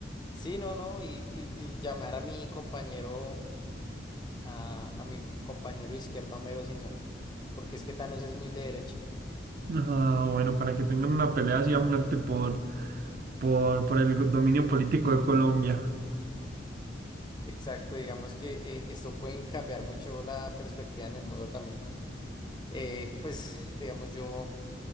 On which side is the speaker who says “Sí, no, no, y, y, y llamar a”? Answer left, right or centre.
Left